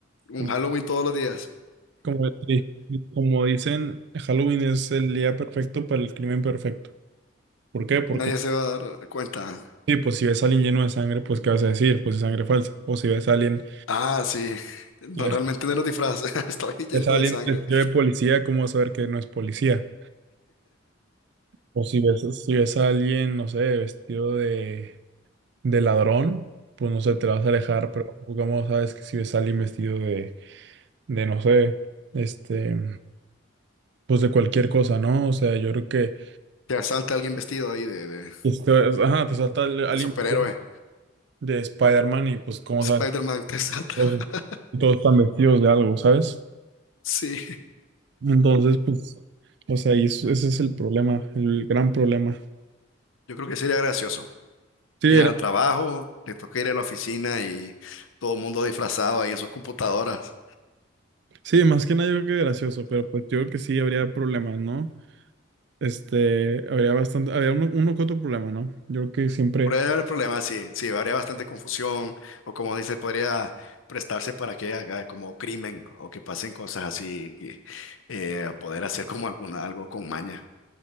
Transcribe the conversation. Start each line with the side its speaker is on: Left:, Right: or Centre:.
Left: Un
Right: Como,
Left: Halloween todos los días.
Right: como, di- como dicen, Halloween es el día perfecto para el crimen perfecto. ¿Por qué? Porque,
Left: Nadie se va a dar cuenta.
Right: sí, pues si ves a alguien lleno de sangre, pues ¿qué vas a decir? Pues es sangre falsa. O si ves a alguien,
Left: Ah, sí. No,
Right: si ves,
Left: realmente no los disfraces. <laughs> Estoy lleno
Right: ves a alguien
Left: de sangre.
Right: vestido de policía, ¿cómo vas a saber que no es policía? O si ves, si ves a alguien, no sé, vestido de de ladrón, pues no sé, te vas a alejar, pero como sabes que si ves a alguien vestido de, de no sé, este, pues de cualquier cosa, ¿no? O sea, yo creo que,
Left: Te asalta alguien vestido ahí de, de,
Right: esto es- ajá, te salta al- alguien
Left: de superhéroe.
Right: vestido de Spider-Man y pues como
Left: Spider-Man
Right: sabes,
Left: te asalta.
Right: todos,
Left: <laughs>
Right: todos están vestidos de algo, ¿sabes?
Left: Sí.
Right: Entonces, pues, o sea, y es- ese es el problema, el gran problema.
Left: Yo creo que sería gracioso.
Right: Sí,
Left: Ir
Right: era-
Left: al trabajo, te toca ir a la oficina y todo el mundo disfrazado ahí en sus computadoras.
Right: sí, más que nada yo creo que gracioso, pero pues yo creo que sí habría problemas, ¿no? Este, habría bastante, habría uno, uno que otro problema, ¿no? Yo creo que siempre,
Left: Podría haber problemas, sí, sí, habría bastante confusión, o como dices, podría prestarse para que haga como crimen o que pasen cosas así, que, eh, poder hacer como alguna, algo con maña,